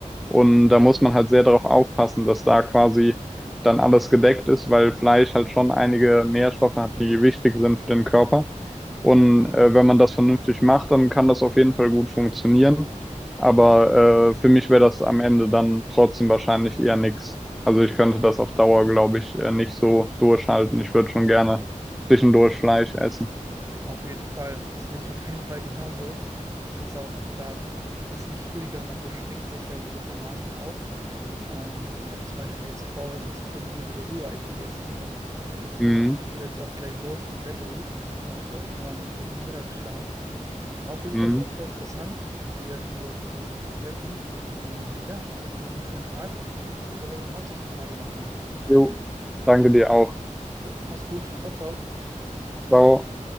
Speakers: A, in the centre; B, on the right.
A: Und da muss man halt sehr darauf aufpassen, dass da quasi dann alles gedeckt ist, weil Fleisch halt schon einige Nährstoffe hat, die wichtig sind für den Körper. Und äh, wenn man das vernünftig macht, dann kann das auf jeden Fall gut funktionieren. Aber äh, für mich wäre das am Ende dann trotzdem wahrscheinlich eher nix. Also ich könnte das auf Dauer, glaube ich, äh, nicht so durchhalten. Ich würde schon gerne zwischendurch Fleisch essen.
B: Auf jeden Fall, sehe ich auf jeden Fall genauso. Ich finde es auch da ein bisschen schwierig, weil man beschränkt sich ja in gewissermaßen auch. Und ich habe zum Beispiel jetzt vorhin extrem gut wieder Rührei gegessen und ich
A: Mhm.
B: muss auf jeden Fall jetzt auch gleich los, mein Bett ruft. Ich mache jetzt erstmal meinen guten Mittagsschlaf. War auf jeden
A: Mhm.
B: Fall sehr, sehr interessant, mit dir darüber zu sprechen. Und ja, wünsche dir noch einen schönen Tag und ich hoffe, man hört sich die Tage nochmal.
A: Jo. Danke dir auch.
B: Jo, mach's gut. Ciao, ciao.
A: Ciao.